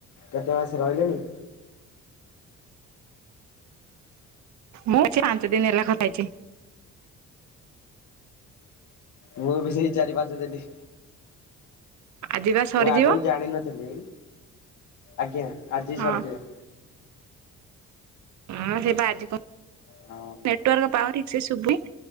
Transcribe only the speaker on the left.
କେତେ ମାସ ରହିଲେଣି?
ମୁଁ ବି ସେଇ ଚାରି ପାଞ୍ଚ ଦିନି
ମୁଁ ଆଗରୁ ଜାଣିନଥିଲି ଆଜ୍ଞା, ଆଜି
ସରିଯିବ।
ହଁ